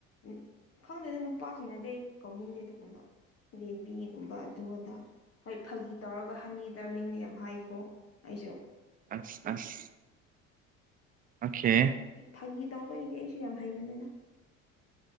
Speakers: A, on the left (about 35°); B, on the right (about 20°).
A: ꯎ ꯈꯪꯗ‌ꯦꯗ ꯅꯨꯄꯥꯁꯤꯡꯅꯗꯤ ꯑꯩ ꯀꯧꯅꯤꯡꯗꯦ ꯑꯗꯨꯒꯨꯝꯕ ꯕ‌ꯦꯕꯤꯒꯨꯝꯕ ꯑꯗꯨ ꯑꯗꯥ ꯍꯣꯏ ꯐꯥꯒꯤ ꯇꯧꯔꯒ ꯍꯅꯤ ꯗꯔꯂꯤꯡꯗꯤ ꯌꯥꯝ ꯍꯥꯏꯀꯣ ꯑꯩꯁꯨ
B: ꯑꯁ ꯑꯁ ꯑꯣꯀꯦ
A: ꯐꯥꯒꯤ ꯇꯧꯕꯒꯤꯗꯤ ꯑꯩꯁꯨ ꯌꯥꯝ ꯍꯩꯕꯅꯦꯗ